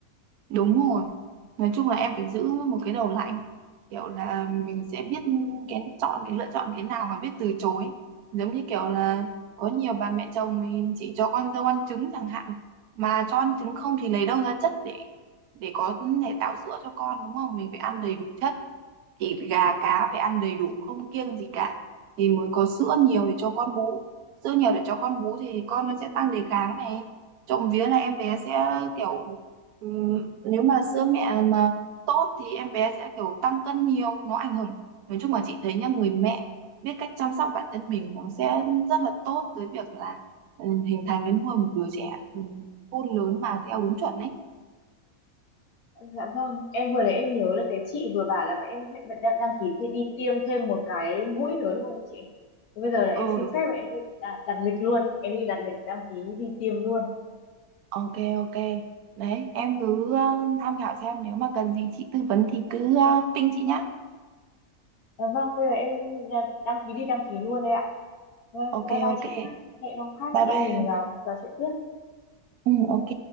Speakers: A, on the right; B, on the left.
A: Đúng rồi. Nói chung là em phải giữ một cái đầu lạnh. Kiểu là mình sẽ biết cái chọn cái lựa chọn cái nào và biết từ chối. Giống như kiểu là có nhiều bà mẹ chồng thì chỉ cho con dâu ăn trứng chẳng hạn. Mà cho ăn trứng không thì lấy đâu ra chất để để có thể tạo sữa cho con đúng không? Mình phải ăn đầy đủ chất thịt gà cá phải ăn đầy đủ không kiêng gì cả thì mới có sữa nhiều để cho con bú sữa nhiều để cho con bú thì con nó sẽ tăng đề kháng này trộm vía là em bé sẽ kiểu ừm, nếu mà sữa mẹ mà tốt thì em bé sẽ kiểu tăng cân nhiều nó ảnh hưởng nói chung là chị thấy nhá người mẹ biết cách chăm sóc bản thân mình nó sẽ rất là tốt tới việc là ừm, hình thành đến nuôi một đứa trẻ ừm, khôn lớn mà theo đúng chuẩn ấy
B: Dạ vâng, em vừa đấy em nhớ là cái chị vừa bảo là bọn em sẽ đăng, đăng ký thi- đi tiêm thêm một cái mũi nữa đúng không chị? Thế Bây giờ là em
A: ừ
B: xin
A: đúng
B: phép và em đi đặt, đặt lịch luôn, em đi đặt lịch đăng ký đi tiêm luôn.
A: Ok ok. Đấy, em cứ ờ, tham khảo xem nếu mà cần gì chị tư vấn thì cứ ờ, ping chị nhá.
B: Dạ vâng, bây giờ em à, đăng ký đi đăng ký luôn đây ạ. Vâng,
A: Ok
B: Bye bye
A: ok.
B: chị nhá. Hẹn hôm khác
A: Bye
B: chị
A: bye.
B: em mình à, trò chuyện tiếp.
A: Ừ ok.